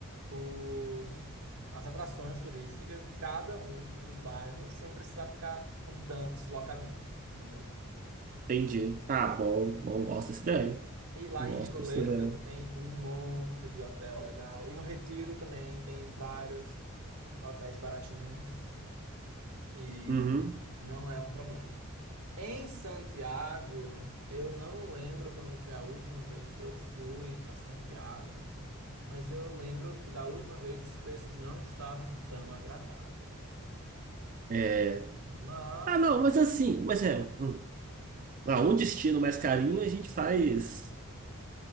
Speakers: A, on the right; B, on the right.
A: os, as atrações turísticas de cada um dos bairros sem precisar ficar com tanto deslocamento, entendeu?
B: Entendi. Ah, bom, bom, gosto dessa ideia.
A: E lá
B: Gosto
A: em Ricoleta
B: dessa ideia.
A: tem um monte de hotel legal. E no Retiro também tem vários hotéis baratinhos e
B: Uhum.
A: não é um problema. Em Santiago, eu não lembro quando foi a última vez que eu fui para Santiago, mas eu lembro que da última vez os preços não estavam tão agradáveis.
B: É.
A: Mas,
B: Ah, não, mas assim, mas é. hum. Ah, um destino mais carinho a gente faz.